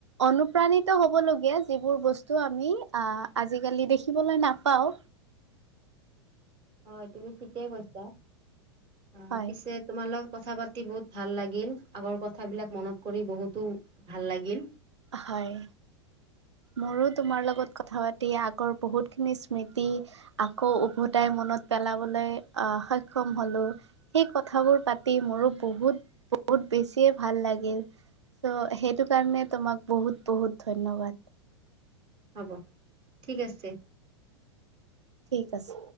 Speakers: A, on the right; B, on the right.
A: অনুপ্ৰাণিত হবলগীয়া যিবোৰ বস্তু আমি আহ আজিকালি দেখিবলৈ নাপাও
B: হয় তুমি ঠিকে কৈছা অ
A: হয়,
B: পিছে তোমালোক কথা পাতি বহুত ভাল লাগিল আগৰ কথাবিলাক মনত কৰি বহুতো ভাল লাগি
A: হয় মোৰোত তোমাৰ লগত কথা পাতি আগৰ বহুতখিনি স্মৃতি আকৌ উভতাই মনত পেলাবলৈ সক্ষম হ'লোঁ। সেই কথাবোৰ পাতি মোৰো বহুত বহুত বেছিয়ে ভাল লাগিল। চ' সেইটো কাৰণে তোমাক। বহুত বহুত ধন্যবাদ।
B: হ'ব ঠিক আছে।
A: ঠিক আছে।